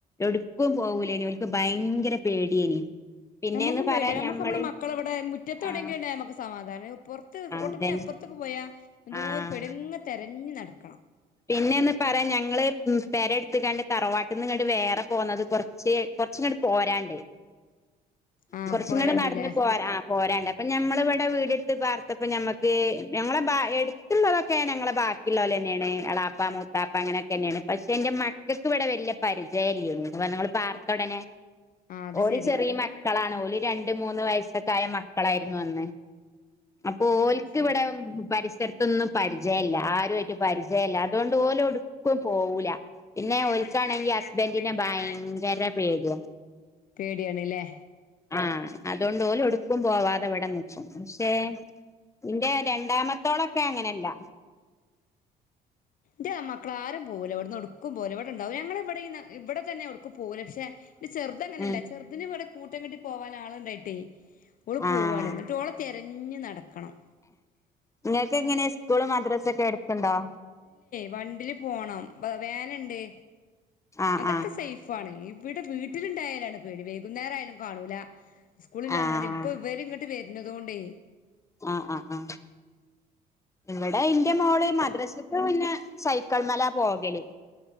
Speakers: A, on the left; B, on the left.
A: എടുക്കും പോകൂലനി ഓല്ക്ക് ഭയങ്കര പേടിയേനി പിന്നേന്ന്
B: നമുക്കും
A: പറയാൻ
B: പേടിയ നമുക്ക്
A: ഞമ്മള്
B: നമ്മുടെ മക്കളെവിടെ മുറ്റത്തവിടെങ്കില
A: ആഹ്
B: ഉണ്ടൽ നമുക്ക് സമാധാനം പുറത്ത് റോട്ടുമ്മന്റെ
A: അതന്നെ
B: അപ്പുറത്തൊക്ക പോയാ എന്തൂര
A: ആഹ്
B: പേടിയാ ഇങ്ങനെ തെരഞ്ഞു നടക്കണം.
A: പിന്നെന്ന് പറയാ ഞങ്ങള് പെര എടുത്ത് കാണ്ട് തറവാട്ടിൽ നിന്ന് വേറെ പോകുന്നത് കുറച്ച് കുറച്ചങ്ങ്ട്ട് പോരാണ്ട്.
B: ആഹ്
A: കുറച്ങ്ങ്ട്ട്
B: പോരാണ്ടില്ലേ
A: നടന്നു പോരാ ആ പോരാണ്ട് അപ്പൊ ഞമ്മള് ഇവിടെ വീടെടുത്ത് പാർത്തപ്പ ഞമ്മക്ക് ഞങ്ങളെ ബ എടുത്തുള്ളതോക്കെ ഞങ്ങളെ ബ ബാക്കിയുള്ള പോലെന്നെയാണ് അളാപ്പ മൂത്താപ്പ അങ്ങനെയൊക്കെ തന്നെയാണ്. പക്ഷെ എന്റെ മക്കൾക്ക് ഇവിടെ വലിയ പരിചയല്ലൊ നിങ്ങള് പാർത്ത ഉടനെ
B: ആ അത്
A: ഓല്
B: ശരി.
A: ചെറിയ മക്കളാണ് ഓല് രണ്ട് മൂന്ന് വയസ്സക്കായ മക്കളായിരുന്നു അന്ന്. അപ്പൊ ഓല്ക്ക്
B: ആഹ് ശരി
A: ഇവിടെ പരിസര ത്തൊന്നും പരിചയംയില്ല ആരുമായിട്ട് പരിചയംയില്ല അതുകൊണ്ട് ഓല് എടുക്കുംപോകൂല. പിന്നെ ഓല്ക്കാണെങ്കി
B: ഓൽക്കാണെങ്കി
A: ഹസ്ബന്റിനെ
B: ഹസ്ബന്റിന്റെ
A: ഭയങ്കര പേടിയാ.
B: പേടിയണില്ലേ?
A: ആഹ് അതുകൊണ്ട് ഓല് എടുക്കും പോവാതെ ഇവിടെ നിക്കും പക്ഷെ. ഇന്റെ രണ്ടാമത്തോളൊക്കെ അങ്ങനെയല്ല.
B: മറ്റേ മക്കള ആരും പോകൂല എവിടുന്ന്ടുക്കും പോകുല ഇവിടെ ഉണ്ടാവും, ഞങ്ങള ഇവിടെന്ന് ഇവിടെ തന്നെ ഒടുക്കും പോകുല പക്ഷെ. ഇ ചെറുതങ്ങനല്ല
A: ഉം
B: ചെറുതിന് ഇവിടെ കൂട്ടം കെട്ടി പോവാന് ആളു ഉണ്ടായിട്ടേ. ഓള്
A: ആഹ്
B: പോവാണ് എന്നിട്ട് ഓളെ തിരഞ്ഞു നടക്കണം.
A: നിങ്ങൾക്ക് എങ്ങനെ സ്കൂള് മദ്രസ ഒക്കെ എടുത്തുണ്ടോ
B: വണ്ടിൽ പോണം വാന്ണ്ട്
A: ആഹ്
B: അതൊക്കെ
A: ആഹ്
B: സെയ്ഫാണ്. ഇവിടെ വീട്ടിലുണ്ടായാലാണ് പേടി വൈകുന്നേരയാലും കാണൂല, സ്കൂളില്ലാഞ്ഞാലും
A: ആഹ്
B: ഇപ്പ ഇവര് ഇങ്ങോ ട്ട് വരുന്നതോണ്ടേ.
A: ആഹ് ആഹ് ആഹ് ഇവിടെ ഇന്റെ മോള് മദ്രസക്ക് പിന്നെ സൈക്കിളിന്മേലാ പോകല്.